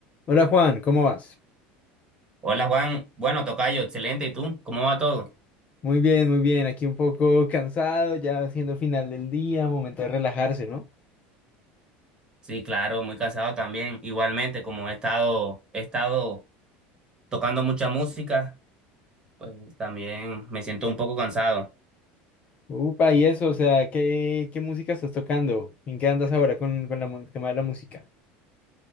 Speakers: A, on the left; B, on the right.
A: Hola Juan, ¿cómo vas?
B: Hola Juan, bueno, tocayo, excelente. ¿Y tú? ¿Cómo va todo?
A: Muy bien, muy bien. Aquí un poco cansado, ya siendo final del día, momento de relajarse, ¿no?
B: Sí, claro, muy cansado también. Igualmente, como he estado, he estado tocando mucha música, pues también me siento un poco cansado.
A: Upa, y eso, o sea, ¿qué, qué música estás tocando? ¿En qué andas ahora con, con la mu- tema de la música?